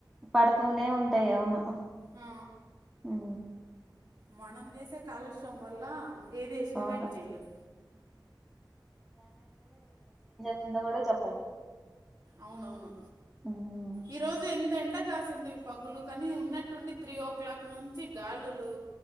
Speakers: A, in the centre; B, on the right (about 30°).
A: పడుతూనే ఉంటయి అవును
B: ఆ,
A: ఊ
B: మనం చేసే కాలుష్యం వల్ల ఏది ఎస్టిమేట్
A: అవును
B: జేయలేం
A: కింద కూడ చెప్పలేం
B: అవునవును
A: ఉమ్
B: ఈ రోజు ఎన్ ఎండ కాసింది పగులు కానీ ఉన్నట్టుండి త్రీ ఓ క్లాక్ నుంచి గాలులు